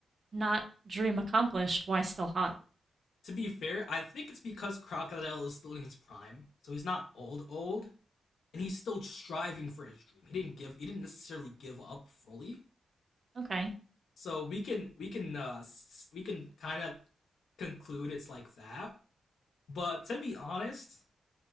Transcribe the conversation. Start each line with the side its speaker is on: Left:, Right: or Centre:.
Right: not dream accomplished, why still hot?
Left: To be fair, I think it's because Crocodile is still in his prime, so he's not old old, and he's still striving for his dream. He didn't give, he didn't necessarily give up fully.
Right: Okay.
Left: So we can we can uh we can kind of conclude it's like that. But to be honest,